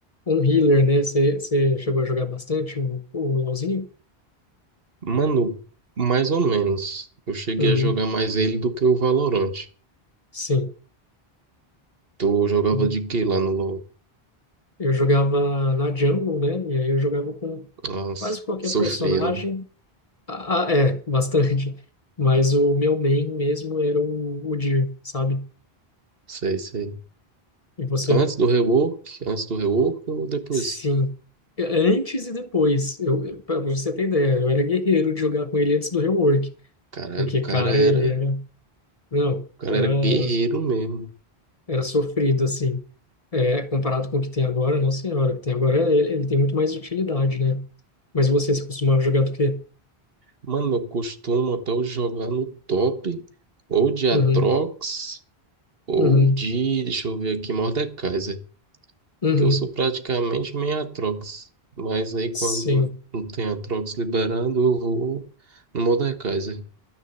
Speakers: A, on the left; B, on the right.
A: um healer, né, você você chegou a jogar bastante o, o LoLzinho?
B: Mano, mais ou menos. Eu cheguei
A: Uhum,
B: a jogar mais ele do que o Valorant.
A: sim,
B: Tu jogava
A: eu,
B: de quê lá no LoL?
A: eu jogava na jungle, né, e aí eu jogava com
B: Nossa,
A: quase qualquer
B: sofria,
A: personagem,
B: né?
A: ah, ah, é, <laughs> bastante, mas o meu main mesmo era o, o Dir, sabe?
B: Sei, sei.
A: E você?
B: Antes do rework, antes do rework ou depois?
A: Sim. É, Antes e depois. Eu, eu, pra você ter ideia, eu era guerreiro de jogar com ele antes do rework.
B: Caralho,
A: Porque,
B: o cara
A: cara,
B: era,
A: ele era. Não,
B: o cara
A: era,
B: era guerreiro mesmo.
A: era sofrido, assim. É, comparado com o que tem agora, nossa senhora, o que tem agora, ele, ele tem muito mais utilidade, né? Mas você se costumava jogar do quê?
B: Mano, eu costumo até hoje jogar no top, ou de Atrox,
A: Uhum,
B: ou
A: uhum,
B: de, deixa eu ver aqui, Mordekaiser.
A: uhum,
B: que eu sou praticamente meio Atrox. Mas aí quando
A: sim,
B: não tem Atrox liberado, eu vou no Mordekaiser.